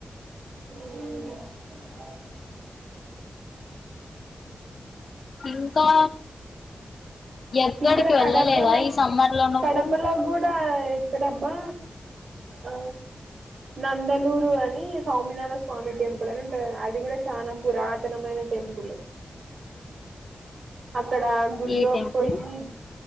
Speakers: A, on the right (about 80°); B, on the left (about 55°).
A: మ్మ్
B: ఇంకా ఎక్కడికి
A: ఇక్కడ కడపలో
B: వెళ్ళలేదా ఈ సమ్మర్ లో నువ్వు
A: కడపలో కూడా ఎక్కడబ్బా ఆ నందలూరు అని సౌమినాథ స్వామి టెంపుల్ అని ఉంటది అది కూడా చాలా పురాతనమైన టెంపుల్ ఇక్కడ గుల్లోకి
B: ఈ టెంపుల్
A: పోయి